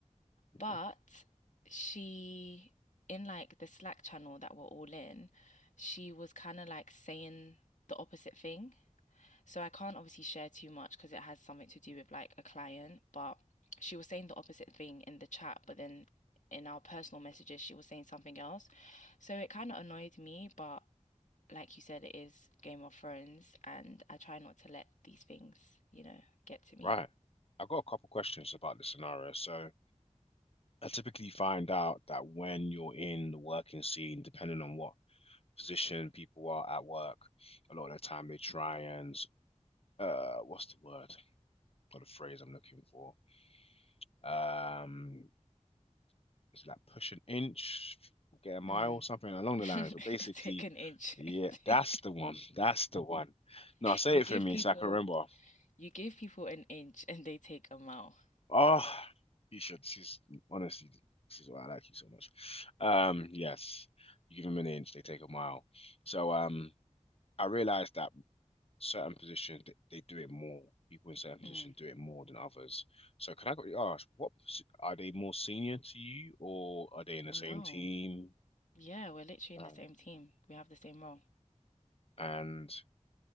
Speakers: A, on the left (about 50°); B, on the left (about 80°).
A: Okay.
B: But she, in like the Slack channel that we're all in, she was kind of like saying the opposite thing. So I can't obviously share too much because it has something to do with like a client, but she was saying the opposite thing in the chat, but then in our personal messages, she was saying something else. So it kind of annoyed me, but like you said, it is Game of Thrones, and I try not to let these things, you know, get to me.
A: Right. I've got a couple questions about this scenario. So I typically find out that when you're in the working scene, depending on what position people are at work, a lot of the time they try and uh, what's the word or the phrase I'm looking for? Um, is like push an inch, get a mile,
B: Mm.
A: something along
B: <laughs>
A: the lines. But basically,
B: Take an inch.
A: yeah,
B: <laughs>
A: that's the one. That's the one. No, say
B: You
A: it
B: give
A: for me
B: people
A: so I can remember.
B: you give people an inch and they take a mile.
A: Oh, you should. This is honestly, this is why I like you so much. Um, yes, you give them an inch, they take a mile. So, um, I realized that certain positions they, they do it more. People in certain positions
B: Mm.
A: do it more than others. So can I quickly ask, what are they more senior to you, or are they in the
B: No.
A: same team?
B: Yeah, we're literally in
A: Um,
B: the same team. We have the same role.
A: And